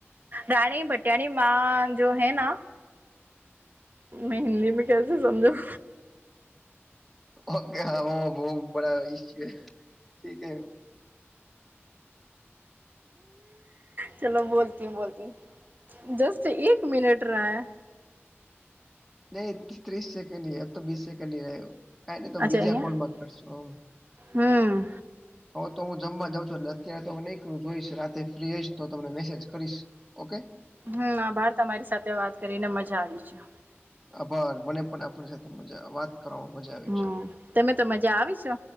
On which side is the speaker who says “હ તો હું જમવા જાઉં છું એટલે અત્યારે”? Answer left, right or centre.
Centre